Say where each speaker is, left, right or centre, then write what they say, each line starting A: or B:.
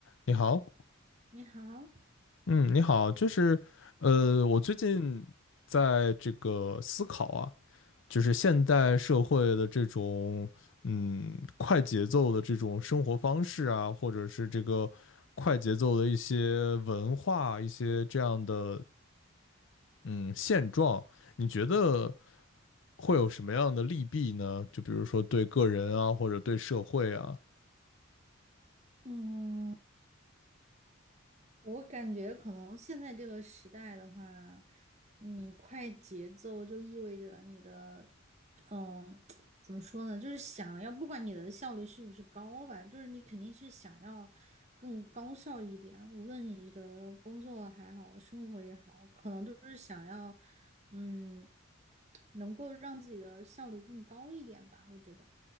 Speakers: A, on the left; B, on the right.
A: 你好，
B: 你好，
A: 嗯，你好，就是，呃，我最近在这个思考啊，就是现代社会的这种，嗯，快节奏的这种生活方式啊，或者是这个快节奏的一些文化，一些这样的，嗯，现状，你觉得会有什么样的利弊呢？就比如说对个人啊，或者对社会啊，
B: 嗯，我感觉可能现在这个时代的话，你快节奏就意味着你的，嗯，怎么说呢？就是想要，不管你的效率是不是高吧，就是你肯定是想要更高效一点，无论你的工作还好，生活也好，可能都是想要，嗯，能够让自己的效率更高一点吧，我觉得。